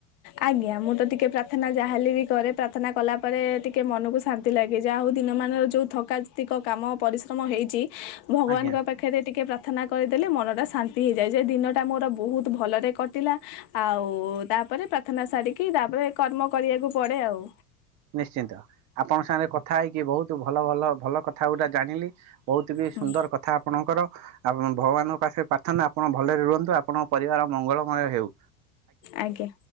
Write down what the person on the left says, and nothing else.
ଆଜ୍ଞା ମୁଁ ତ ଟିକେ ପ୍ରାର୍ଥନା ଯାହାହେଲେ ବି କରେ। ପ୍ରାର୍ଥନା କଲା ପରେ ଟିକେ ମନକୁ ଶାନ୍ତି ଲାଗେ। ଯାହା ହଉ ଦିନ ମାନର ଯୋଉ ଥକା କାତିକ କାମ ପରିଶ୍ରମ ହେଇଛି। ଭଗବାନଙ୍କ
ପାଖରେ ଟିକେ ପ୍ରା ପ୍ରାର୍ଥନା କରିଦେଲେ ମନଟା ଶାନ୍ତି ହେଇଯାଏ। ଯେ ଦିନଟା ମୋର ବହୁତ ଭଲରେ କଟିଲା। ଆଉ ତାପରେ ପ୍ରାର୍ଥନା ସାରିକି ତାପରେ କର୍ମ କରିବାକୁ ପଡେ ଆଉ।
ହୁଁ
ଆଜ୍ଞା।